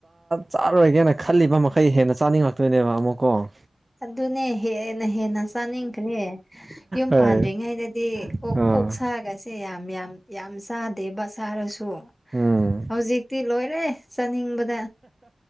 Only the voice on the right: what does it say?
ꯆꯥꯔꯣꯏꯒꯦꯅ ꯈꯜꯂꯤꯕ ꯃꯈꯩ ꯍꯦꯟꯅ ꯆꯥꯅꯤꯡꯉꯛꯇꯣꯏꯅꯦꯕ ꯑꯃꯨꯛ ꯑꯣ
ꯍꯣꯏ
ꯑꯥ
ꯎꯝ